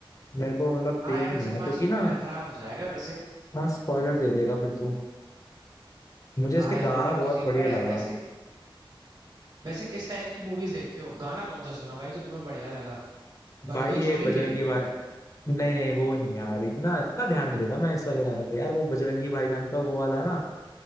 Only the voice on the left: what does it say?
मेरे को मतलब
देखनी
है
क्योंकि
ना
हाँ स्पॉइलर दे देगा फिर तो मुझे
इसके
गाना
बहुत
बढ़िया
लगा
भाई
ये
बजरंगी
भाई नहीं नहीं वो नहीं यार इतना इतना ध्यान नहीं देता मैं इस वाले गाने पे यार वो बजरंगी भाईजान का वो वाला ना